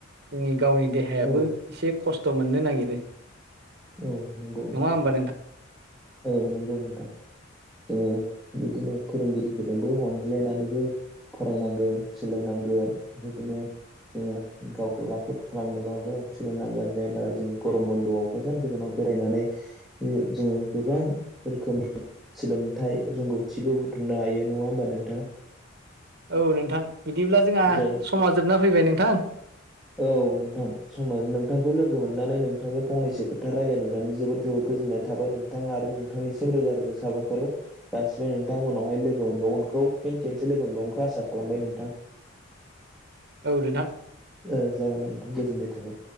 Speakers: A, on the right; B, in the centre.
A: जोंनि गावनि देहायाबो
B: औ
A: एसे खस्थ' मोननो नागिरो
B: औ नंगौ नोंथां
A: नङा होमबा
B: औ नंगौ नोंथां जोङो बिदिनो फोरोंगिरिफोरजोंबो अनज्लायनानैबो फरायनांगोन सोलोंनांगोन बिदिनो जोङो गावखौ राफोद खालामनोबाबो सोलोंनांगोन जायनि थाखाय जों गरम बन्द'आव गोजान गोजानाव बेरायनानै जोङो गोबां रोखोमनि सोलोंथाइ रों- गौथिबो बुथुमनो हायो नङा होमबा नोंथां
A: औ नोंथां बिदिब्ला जोंहा
B: जायनि
A: समा जोबना फैबाय नोंथां
B: औ नोंथां समा नोंथांखौ लोगो मोननानै नोंथांजों फंनैसो खोथा रायलायनो मोननानै जोबोद जोबोद गोजोननाय थाबाय नोंथां आरो नोंथांनिसिम रोजा रोजा साबायखर जासिबाय नोंथां उनावहाय लोगो मोनबावगोन खौ फिन केनसे लोगो मोनबावगोनखौ आसा खालामबाय नोंथां
A: औ नोंथां
B: ओ जागोन नोंथां गोजोननाय थाबाय